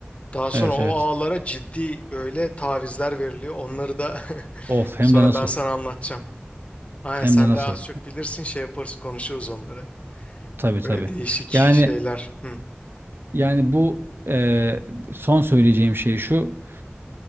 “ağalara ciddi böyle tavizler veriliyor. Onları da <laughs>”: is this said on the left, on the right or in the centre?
Left